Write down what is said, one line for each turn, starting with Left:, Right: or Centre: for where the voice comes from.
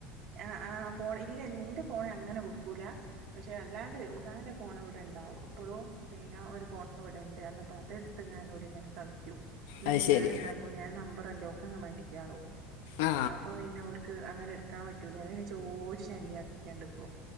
Right: ആഹ ആഹ ഫോൺ ഇല്ല ന്റെ ഫോൺ അങ്ങനെ കൊടുക്കൂല പക്ഷെ അല്ലാണ്ട് <unintelligible> ഫോൺ ഇവിടെ ണ്ടാവും എപ്പളും പിന്നെ ഒരു ഫോൺ ഇവിടെണ്ട് എന്ന അപ്പൊതെടുത്ത്ങ്ങാനും ഓര് ഇങ്ങനെ കളിയ്ക്കും എന്നിട്ട്
Left: അത് ശരി
Right: ഞാൻ എന്താക്കും ഞാൻ നമ്പറല ലോക്ക് അങ് മാറ്റികാളും
Left: ആ
Right: അപ്പൊ പിന്നെ ഓർക് അങ്ങനെ എടുക്കാൻ പറ്റൂല ങ്ങനെ ചോയിച്ചു ശല്യാക്കി കൊണ്ടീക്കും